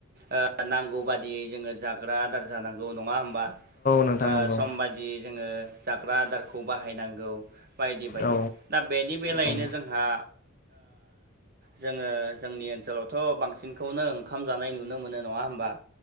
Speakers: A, on the right; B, on the left.
A: ओ नांगौ बादियै जोङो जाग्रा ग्रा आदार जानांगौ नङा होनबा
B: नोंथां
A: औ
B: नंगौ
A: सम बादि बिदि जोङो जाग्रा आदारखौ बाहायनांगौ बायदि बायदि
B: औ
A: दा बेनि बेलायैनो
B: औ
A: जोंहा जोङो जोंनि ओनसोलावथ' बांसिनखौनो ओंखाम जानाय नुनो मोनो नङा होमबा